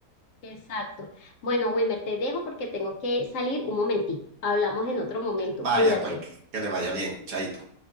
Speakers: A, on the left; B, on the right.
A: Exacto. Bueno, Wilmer, te dejo porque tengo que salir un momentico Hablamos en otro momento,
B: Vaya,
A: cuídate.
B: pues, que le vaya bien, chaito.